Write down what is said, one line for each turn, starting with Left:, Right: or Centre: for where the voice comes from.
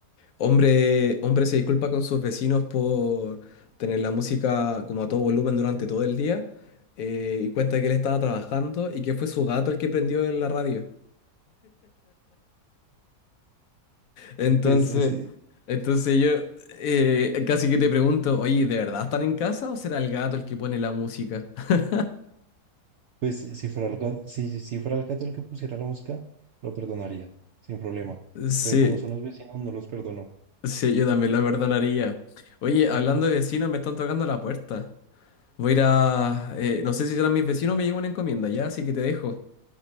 Left: Hombre, hombre se disculpa con sus vecinos por tener la música como a todo volumen durante todo el día eh, y cuenta que él estaba trabajando y que fue su gato el que prendió en la radio. Entonces,
Right: Pues es,
Left: entonces yo eh, casi que te pregunto, oye, ¿de verdad están en casa o será el gato el que pone la música? <laughs>
Right: Pues eh, si fuera el gato, si, si fuera el gato el que pusiera la música, lo perdonaría, sin problema.
Left: Sí,
Right: Pero como son los vecinos, no los perdono.
Left: sí, yo también lo perdonaría. Oye, hablando
Right: <laughs>
Left: de vecinos, me están tocando la puerta. Voy a ir a... eh, no sé si serán mis vecinos o me llegó una encomienda ya, así que te dejo.